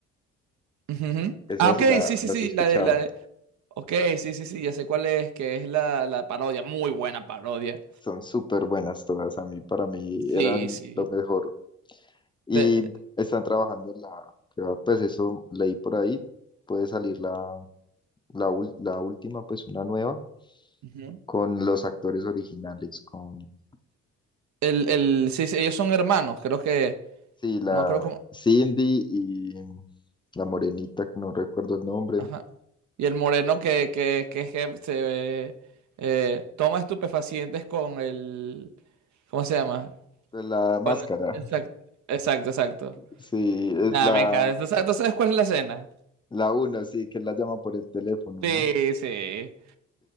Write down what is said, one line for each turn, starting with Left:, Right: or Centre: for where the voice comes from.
Right: Ujú.
Left: esas
Right: Ah, ok,
Left: sí la,
Right: sí, sí,
Left: las
Right: sí,
Left: he escuchado.
Right: la de, la de, ok, sí, sí, sí, ya sé cuál es, que es la, la parodia, muy buena parodia,
Left: Son súper buenas todas, a mí, para mí
Right: sí,
Left: eran
Right: sí,
Left: lo mejor. Y
Right: de...
Left: están trabajando en la, que va, pues eso leí por ahí, puede salir la la, ul- la última, pues una nueva,
Right: ujú.
Left: con los actores originales, con,
Right: El, el, sí, sí, ellos son hermanos, creo que,
Left: sí, la
Right: no me acuerdo cómo,
Left: Cindy y la morenita, que no recuerdo el nombre,
Right: ajá. Y el moreno que, que, que, es que se eh, toma estupefacientes con el, ¿cómo se llama?
Left: pues la
Right: Con,
Left: máscara,
Right: exacto, exacto, exacto.
Left: <laughs> sí, es
Right: Nada,
Left: la,
Right: me encanta. ¿Tú sabes, tú sabes cuál es la escena?
Left: la una, sí, que la llama por el teléfono,
Right: Sí,
Left: ¿no?
Right: sí. Eh,